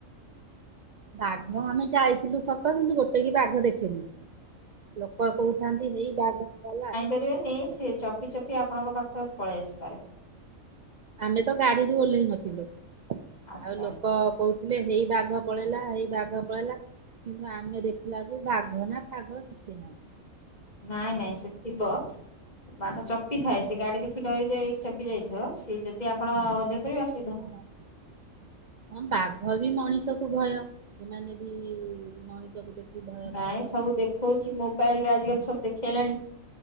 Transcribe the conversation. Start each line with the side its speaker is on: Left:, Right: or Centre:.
Right: ବାଘ ଆମେ ଯାଇଥିଲୁ ସତ କିନ୍ତୁ ଗୋଟେ କି ବାଘ ଦେଖିନୁ। ଲୋକ କହୁଥାନ୍ତି ହେଇ ବାହାଘର ଗଲା।
Left: ନେଇ ସେ ଚପି ଚପି ଆପଣଙ୍କ ପାଖକୁ ପଳେଇ ଆସିପାରେ।
Right: ଆମେ ତ ଗାଡିରୁୁ ଓହ୍ଲେଇ ନଥିଲୁ ଆଉ
Left: ଆଚ୍ଛା।
Right: ଲୋକ କହୁଥିଲେ ହେଇ ବାଘ ପଳେଇଲା ହେଇ ବାଘ ପଳେଇଲା। କିନ୍ତୁ ଆମେ ଦେଖିଲାକୁୁ ବାଘ ନା ଫାଗ କିଛି ନାହିଁ।
Left: ନାଇଁ
Right: ଆଉ
Left: ନାଇଁ ସେ ଥିବ ବାଘ ଚପିଥାଏ ସେ ଗାଡି ଦେଖି ଡରି ଯାଇ ଚପି ଯାଇଥିବ। ସିଏ ଯଦି ଆପଣ ଓହ୍ଲେଇ ପଡ଼ିବେ ସ
Right: ଓହୋ। <inaudible> ହଁ ବାଘ ବି ମଣିଷକୁ ଭୟ ସେମାନେ ବି ଇ ଇ ମଣିଷକୁ ଦେଖି ଭୟ
Left: ନାଇଁ
Right: କରନ୍ତି।
Left: ସବୁ ଦେଖଉଛି ମୋବାଇଲ ରେ ଆଜିକାଲି ସବୁ ଦେଖେଇଲାଣି